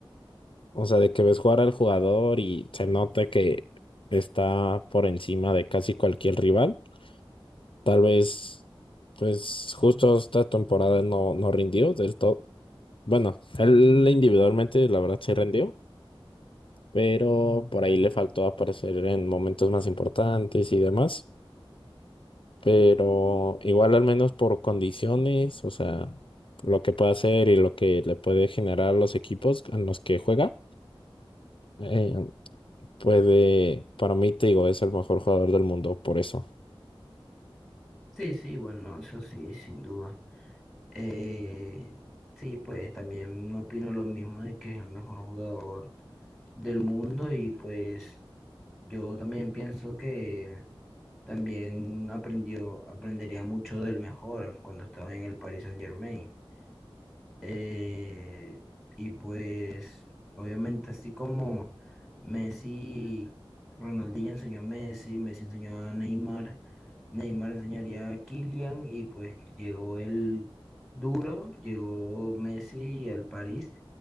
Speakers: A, on the left; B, in the centre.
A: o sea, de que ves jugar al jugador y se nota que está por encima de casi cualquier rival. Tal vez, pues justo esta temporada no, no rindió del todo. Bueno, él individualmente, la verdad, sí rindió pero por ahí le faltó aparecer en momentos más importantes y demás. Pero igual al menos por condiciones, o sea, lo que puede hacer y lo que le puede generar a los equipos en los que juega, eh, puede, para mí te digo, es el mejor jugador del mundo por eso.
B: Sí, sí, bueno, eso sí, sin duda. Eh, sí, pues también no opino lo mismo de que es el mejor jugador del mundo y pues yo también pienso que también aprendió, aprendería mucho del mejor cuando estaba en el Paris Saint-Germain. Eh, y pues, obviamente, así como Messi, Ronaldinho enseñó a Messi, Messi enseñó a Neymar, Neymar enseñaría a Kylian, y pues llegó el duro, llegó Messi al París,